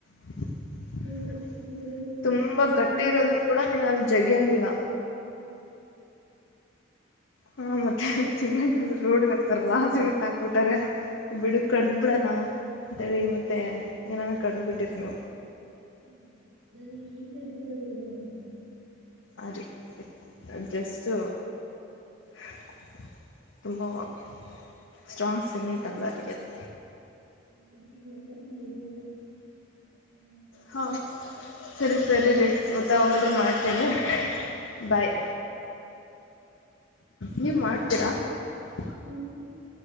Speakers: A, on the left; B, on the right.
A: <unintelligible>
B: ಹೌದ್ರಿ ಇಲ್ಲೆನಾರ ಸ್ವೀಟ್
A: ತುಂಬಾ
B: ತಿಂದ್ರ ಜುಮ್
A: ಗಟ್ಟಿ
B: ಅನ್ನಕತ್ತ
A: ಇರೋದನ್ನು ಕೂಡ ನೀನ್ ಅಲ್ಲಿ ಜಗಿಯಂಗಿಲ್ಲ ಹಾ ಮತ್ತೆ ಹ್ಹಾ ಸಿಮೆಂಟ್ ಅಂದ್ರ ರೋಡ್ಗ್ ಹಾಕ್ತಾರಲ್ಲಾ ಆ ಸಿಮೆಂಟ್ ಹಾಕ್ಬಿಟ್ಟಾರೆ ಬಿಡು ಕಡ್ದ್ ಬಿಡಣ ಹ ತಡಿ ಮತ್ತೆ ಏನಾನ ಕಡ್ದ್ ಬಿಟ್ಟಿರ್ ನೀವು
B: ಇಲ್ಲ ಇಲ್ಲ ನಾನೆ ಈ ಸರ್ತಿನಾದ್ರು ವಿಡ ಮಾಡ್ಕತಿಣ
A: ಆರಿ ಇ <unintelligible> ನಾನ್ ಜಸ್ಟು ಹ್ ತುಂಬವ ಸ್ಟ್ರಾಂಗ್ ಸಿಮೆಂಟ್ ಅಲ್ಲಾರಿ ಅದು
B: <unintelligible>
A: ಹಾ ಸರಿ ಸರಿರಿ ಮತ್ತ ಯ್ವಾಗಾದ್ರು ಮಾಡ್ತೇನಿ ಬಾಯ್ ನೀವ್ ಮಾಡ್ತೀರಾ <unintelligible>
B: ತಿಂದ್ರಿ